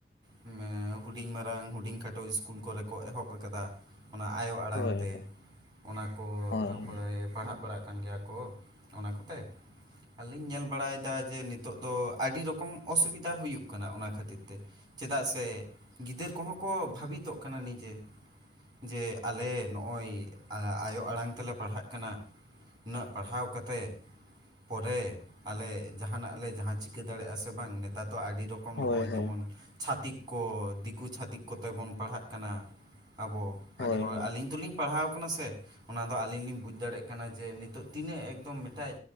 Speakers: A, on the right (about 25°); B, on the left (about 75°).
A: ᱢᱮᱸᱻ ᱦᱩᱰᱤᱧ ᱢᱟᱨᱟᱝ ᱦᱩᱰᱤᱧ ᱠᱷᱟᱴᱚ ᱤᱥᱠᱩᱞ ᱠᱚᱨᱮ ᱠᱚ ᱮᱦᱚᱵ ᱠᱟᱫᱟ᱾ ᱚᱱᱟ ᱟᱭᱳ ᱟᱲᱟᱝ
B: ᱦᱳᱭ
A: ᱛᱮ᱾ ᱚᱱᱟ ᱠᱚ
B: ᱦᱳᱭ
A: ᱛᱟᱯᱚᱨᱮ
B: ᱦᱩᱸ
A: ᱯᱟᱲᱦᱟᱜ ᱵᱟᱲᱟᱜ ᱠᱟᱱ ᱜᱮᱭᱟ ᱠᱚ ᱚᱱᱟ ᱠᱚᱛᱮ, ᱟᱨᱞᱤᱧ ᱧᱮᱞ ᱵᱟᱲᱟᱭᱫᱟ ᱡᱮ ᱱᱤᱼ ᱛᱳᱜ ᱫᱚ ᱟᱹᱰᱤ ᱨᱚᱠᱚᱢ ᱚᱥᱩᱵᱤᱫᱷᱟ ᱦᱩᱭᱩᱜ ᱠᱟᱱᱟ ᱚᱱᱟ ᱠᱷᱟᱹᱛᱤᱨ ᱛᱮ᱾ ᱪᱮᱫᱟᱜ ᱥᱮ ᱜᱤᱫᱽᱟᱹᱨ ᱠᱚᱦᱚᱸ ᱠᱚ ᱵᱷᱟᱵᱤᱛᱚᱜ ᱠᱟᱱᱟ ᱱᱤᱡᱮ ᱡᱮ ᱟᱞᱮ ᱱᱚᱸᱜᱼᱚᱭ ᱟᱭᱳ ᱟᱲᱟᱝ ᱛᱮᱞᱮ ᱯᱟᱲᱦᱟᱜ ᱠᱟᱱᱟ ᱩᱱᱟᱹᱜ ᱯᱟᱲᱦᱟᱣ ᱠᱟᱛᱮᱫ ᱯᱚᱨᱮ ᱟᱞᱮ ᱡᱟᱦᱟᱱᱟᱜ ᱞᱮ ᱡᱟᱦᱟᱸ ᱪᱤᱠᱟᱹ ᱫᱟᱲᱮᱭᱟᱜᱼᱟ ᱥᱮ ᱵᱟᱝ, ᱱᱮᱛᱟᱨ ᱫᱚ ᱟᱹᱰᱤ ᱨᱚᱼ ᱠᱚᱢ
B: ᱦᱳᱭ
A: ᱱᱚᱸᱜ-ᱚᱭ
B: ᱦᱳᱭ
A: ᱡᱮᱢᱚᱱ ᱪᱷᱟᱛᱤᱠ ᱠᱚ ᱫᱤᱠᱩ ᱪᱷᱟᱛᱤᱠ ᱠᱚᱛᱮ ᱵᱚᱱ ᱯᱟᱲᱦᱟᱜ ᱠᱟᱱᱟ ᱟᱵᱳ,
B: ᱦᱳᱭ
A: ᱟᱹᱰᱤ ᱦᱚᱲ ᱟᱹᱞᱤᱧ ᱫᱩᱞᱤᱧ ᱯᱟᱲᱦᱟᱣ ᱠᱟᱱᱟ ᱥᱮ, ᱚᱱᱟᱫᱚ ᱟᱹᱞᱤᱧ ᱞᱤᱧ ᱵᱩᱡᱽ ᱫᱟᱲᱮᱭᱟᱜ ᱠᱟᱱᱟ ᱡᱮ ᱱᱤᱛᱚᱜ ᱛᱤᱱᱟᱹᱜ ᱮᱠᱫᱚᱢ ᱢᱮᱴᱟᱡ